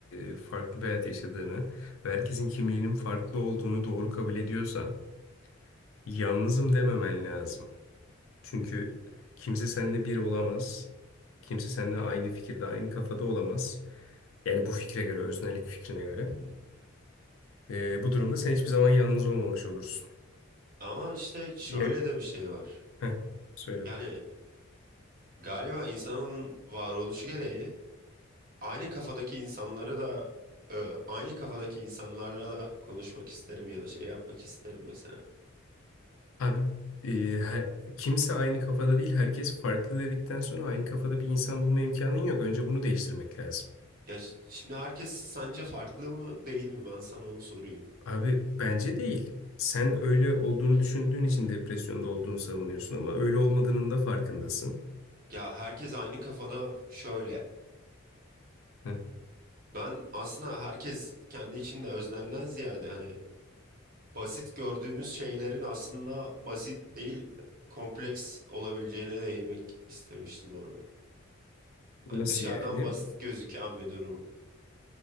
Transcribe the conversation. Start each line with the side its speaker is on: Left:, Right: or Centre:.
Left: ee, farklı bir hayat yaşadığını ve herkesin kimliğinin farklı olduğunu doğru kabul ediyorsan Yalnızım dememen lazım. Çünkü kimse seninle bir olamaz. Kimse seninle aynı fikirde, aynı kafada olamaz. Yani bu fikre göre, öznellik fikrine göre.
Right: Hı hı.
Left: Ee, bu durumda sen hiçbir zaman yalnız olmamış olursun.
Right: Ama işte şöyle
Left: Ya
Right: de bir şey var.
Left: Heh, söyle
Right: Yani
Left: bak.
Right: Galiba insanın varoluşu gereği aynı kafadaki insanları da e, aynı kafadaki insanlarla da konuşmak isterim ya da şey yapmak isterim mesela.
Left: Abi e, her- kimse aynı kafada değil, herkes farklı dedikten sonra aynı kafada bir insan bulma imkanın yok. Önce bunu değiştirmek lazım.
Right: Ya ş- şimdi herkes sence farklı mı değil mi? Ben sana onu sorayım.
Left: Abi bence değil. Sen öyle olduğunu düşündüğün için depresyonda olduğunu savunuyorsun ama öyle olmadığının da farkındasın.
Right: Ya herkes aynı kafada şöyle.
Left: Ee,
Right: Ben aslında herkes kendi içinde öznelden ziyade hani basit gördüğümüz şeylerin aslında basit değil kompleks olabileceğine değinmek istemiştim orada. Hani
Left: Nasıl
Right: dışarıdan
Left: yani?
Right: basit gözüken bir durum.